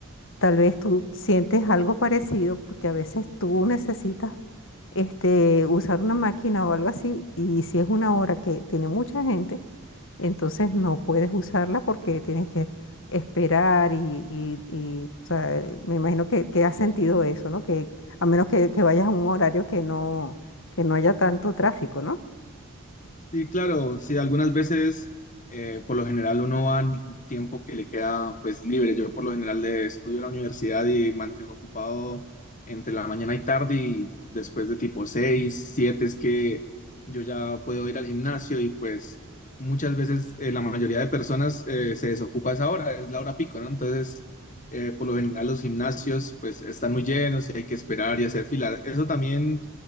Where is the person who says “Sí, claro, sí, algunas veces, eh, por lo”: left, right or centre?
Left